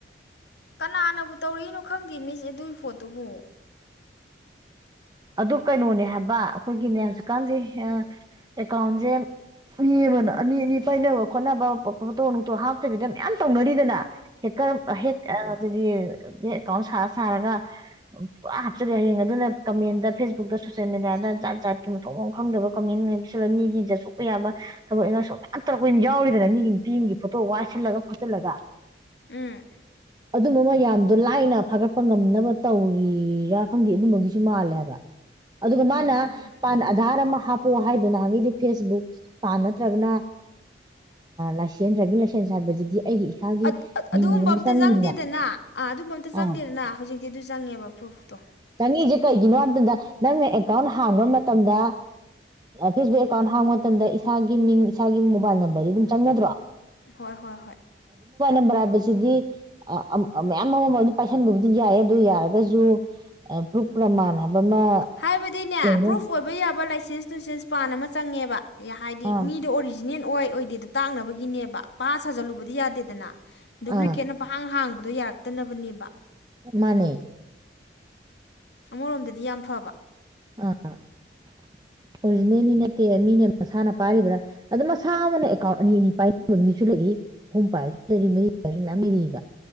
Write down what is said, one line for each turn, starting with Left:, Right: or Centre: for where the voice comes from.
Left: ꯀꯅꯥꯅꯕꯨ ꯇꯧꯔꯤꯛꯏꯅꯣ ꯈꯪꯗꯦ ꯃꯤꯁꯦ ꯑꯗꯨꯒꯤ ꯐꯣꯇꯣꯕꯨ
Right: ꯑꯗꯨ ꯀꯩꯅꯣꯅꯦ ꯍꯥꯏꯕ ꯑꯩꯈꯣꯏꯒꯤꯅꯦ ꯍꯧꯖꯤꯛꯀꯥꯟꯁꯦ ꯑꯦꯀꯥꯎꯟꯁꯦ ꯃꯤ ꯑꯃꯅ ꯑꯅꯤ ꯑꯅꯤ ꯄꯥꯏꯅꯕ ꯈꯣꯠꯅꯕ ꯐꯣꯇꯣ ꯅꯨꯡꯇꯣ ꯍꯥꯞꯇꯕꯤꯗ ꯃꯌꯥꯝ ꯇꯧꯅꯔꯤꯗꯅ ꯍꯦꯀꯔ ꯍꯦꯛꯗꯤ ꯕꯦꯡ ꯑꯦꯀꯥꯎꯟ ꯁꯥꯔ ꯁꯥꯔꯒ ꯄꯨꯔꯥ ꯍꯥꯞꯆꯜꯂꯦ ꯍꯌꯦꯡ ꯑꯗꯨꯅ ꯀꯃꯦꯟꯗ ꯐꯦꯁꯕꯨꯛꯇ ꯁꯣꯁꯦꯜ ꯃꯦꯗꯤꯌꯥꯗ ꯖꯥꯠ ꯖꯥꯠꯀꯤ ꯃꯊꯣꯡ ꯃ ꯈꯪꯗꯕ ꯀꯃꯦꯟ ꯃꯌꯥꯝ ꯄꯁꯤꯜꯂ ꯃꯤꯒꯤ ꯖꯠ ꯁꯣꯛꯄ ꯌꯥꯕ ꯊꯕꯛ ꯏꯉꯥꯡꯁ ꯃꯌꯥꯝ ꯇꯧꯔꯛꯄ ꯌꯥꯎꯔꯤꯗꯅ ꯃꯤꯒꯤ ꯅꯨꯄꯤ ꯑꯃꯒꯤ ꯐꯣꯇꯣ ꯋꯥꯏꯁꯤꯜꯂꯒ ꯈꯣꯆꯤꯜꯂꯒ
Left: ꯎꯝ
Right: ꯑꯗꯨꯝꯕ ꯃ ꯌꯥꯝꯗꯣ ꯂꯥꯏꯅ ꯐꯥꯒꯠꯄ ꯉꯝꯅꯕ ꯇꯧꯔꯤꯔꯥ ꯈꯪꯗꯦ ꯑꯗꯨꯝꯕꯒꯤ ꯆꯨꯃꯥꯂꯦꯕ ꯑꯗꯨꯒ
Left: ꯑꯗꯨ
Right: ꯃꯥꯅ
Left: ꯃꯥ
Right: ꯄ ꯑꯙꯥꯔ ꯑꯃ ꯍꯥꯞꯄꯣꯑꯣ ꯍꯥꯏꯗꯅ ꯍꯥꯏꯕꯗꯤ ꯐꯦꯁꯕꯨꯛ ꯄꯥꯟ ꯅꯠꯇ꯭ꯔꯒꯅ ꯂꯥꯏꯁꯦꯟꯁ ꯗ꯭ꯔꯥꯏꯚꯤꯡ ꯂꯥꯏꯁꯦꯟꯁ ꯍꯥꯏꯕꯁꯤꯗꯤ ꯑꯩꯒꯤ ꯏꯁꯥꯒꯤ
Left: ꯑꯠ- ꯑꯠ- ꯑꯗꯨꯒꯨꯝꯕ
Right: ꯃꯤꯅꯤꯡ ꯑꯃ
Left: ꯑꯝꯇ
Right: ꯆꯪꯉꯤꯅ
Left: ꯆꯪꯗꯦꯗꯅ ꯑꯥ ꯑꯗꯨꯝꯕ ꯑꯝꯇ
Right: ꯑꯥ
Left: ꯆꯪꯗꯦꯗꯅ ꯍꯧꯖꯤꯛꯇꯤ ꯑꯗꯨ ꯆꯪꯉꯦꯕ ꯄ꯭ꯔꯨꯐꯇꯣ
Right: ꯆꯪꯉꯤꯁꯤ ꯀꯩꯒꯤꯅ ꯍꯥꯔꯗꯗ ꯅꯪꯅ ꯑꯦꯀꯥꯎꯟ ꯍꯥꯡꯕ ꯃꯇꯝꯗ ꯐꯦꯁꯕꯨꯛ ꯑꯦꯀꯥꯎꯟ ꯍꯥꯡꯕ ꯃꯇꯝꯗ ꯏꯁꯥꯒꯤ ꯃꯤꯡ ꯏꯁꯥꯒꯤ ꯃꯣꯕꯥꯏꯜ ꯅꯝꯕꯔꯗꯤ ꯑꯗꯨꯝ ꯆꯪꯅꯗ꯭ꯔꯣ
Left: ꯍꯣꯏ ꯍꯣꯏ ꯍꯣꯏ
Right: ꯈꯕ꯭ꯔ ꯍꯥꯏꯕꯁꯤꯗꯤꯑ ꯑꯝ ꯃꯌꯥꯝ ꯑꯃꯃ ꯑꯗꯨꯝ ꯄꯥꯏꯁꯟꯕꯕꯨꯗꯤ ꯌꯥꯏ ꯑꯗꯨ ꯌꯥꯔꯒꯁꯨ ꯄ꯭ꯔꯨꯞ ꯄꯔ꯭ꯃꯥꯟ ꯍꯥꯏꯕ ꯑꯃ
Left: ꯍꯥꯏꯕꯗꯤꯅꯦ
Right: ꯂꯩꯅ
Left: ꯄ꯭ꯔꯨꯐ ꯑꯣꯏꯕ ꯌꯥꯕ ꯂꯥꯏꯁꯦꯟꯁ ꯇꯨꯁꯦꯟꯁ ꯄꯥꯟ ꯑꯃ ꯆꯪꯉꯦꯕ ꯍꯥꯏꯗꯤ
Right: ꯑꯥ
Left: ꯃꯤꯗꯣ ꯑꯣꯔꯤꯖꯤꯅꯦꯜ ꯑꯣꯏ ꯑꫭꯏꯗꯦꯗꫭ ꯇꯥꯛꯅꯕꯒꯤ ꯒꯤꯅꯦꯕ ꯄꯪꯁꯥ ꯁꯥꯖꯜꯂꯨꯕꯗꯤ ꯌꯥꯗꯦꯗꯅ ꯗꯨꯄ꯭ꯂꯤꯀꯦꯠꯅ
Right: ꯑꯥ
Left: ꯄꯪꯍꯥꯡ ꯍꯥꯡꯕ ꯗꫭ ꯌꯥꯔꯛꯇꯅꯕꯅꯦꯕ
Right: ꯃꯅꯦ
Left: ꯑꯃꯔꯣꯝꯗꯗꯤ ꯌꯥꯝ ꯐꯕ
Right: ꯑ ꯑꫭꯔꯤꯖꯤꯅꯦꯜꯗꯤ ꯅꯠꯇꯦꯕ ꯃꯤꯅ ꯃꯁꯥꯅ ꯄꯥꯔꯤꯕ꯭ꯔꯥ ꯑꯗꯨ ꯁꯥ ꯑꯃꯅ ꯑꯦꯀꯥꯎꯟ ꯑꯅꯤ ꯑꯅꯤ ꯄꯥꯏꯕ ꯃꯤꯁꯨ ꯂꯩꯔꯤ ꯑꯍꯨꯝ ꯄꯥꯏꯔꯁꯨ ꯂꯩꯔꯤ ꯃꯔꯤ ꯄꯥꯏꯔꯁꯨ ꯃꯌꯥꯝ ꯂꯩꯅꯩꯕ